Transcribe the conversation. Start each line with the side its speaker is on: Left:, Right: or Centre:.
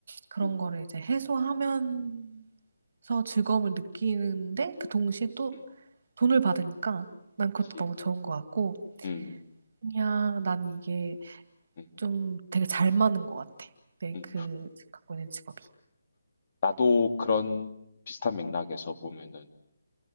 Right: 그런
Left: 음.
Right: 거를 이제 해소하면서 즐거움을 느끼는데 그 동시에 또
Left: 음.
Right: 돈을 받으니까 난 그것도
Left: 그치.
Right: 너무 좋은 것 같고
Left: 음.
Right: 그냥 난 이게
Left: 음.
Right: 좀 되게 잘 맞는 것 같아. 내그
Left: 음.
Right: 지금 갖고 있는 직업이.
Left: 나도 그런 비슷한 맥락에서 보면은